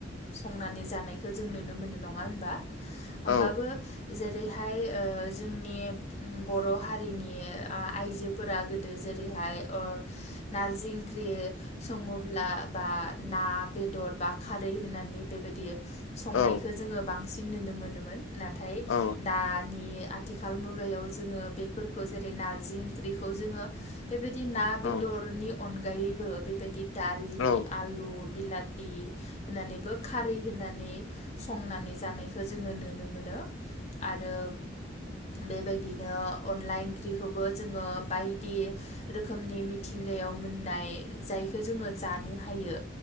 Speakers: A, on the left; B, on the left.
A: संनानै जानायखौ जों नुनो मोनो नङा होनबा होमबाबो
B: औ
A: जेरैहाय ओ जोंनि बर' हारिनि ओ आइजोफोरा गोदो जेरैहाय ओ नारजि ओंख्रि सङोब्ला बा ना बेदर बा खारै होननानै बेबायदि संनायखौ
B: औ
A: जोङो बांसिन नुनो मोनोमोन नाथाय
B: औ
A: दा नि आथिखाल मुगायाव जोङो बेफोरखौ जेरै नारजि ओंख्रिखौ जोङो बेबायदि ना
B: औ
A: बेदरनि अनगायैबो बेबायदि दालि,
B: औ
A: आलु, बिलाथि होनानैबो खारै होनानै संनानै जानाय खौ जोङो नुनो मोनो आरो बेबायदिनो अनला ओंख्रिखौबो जोङो बायदि रोखोमनि मिथिं गायाव मोननाय जायखौ जोङो जानो हायो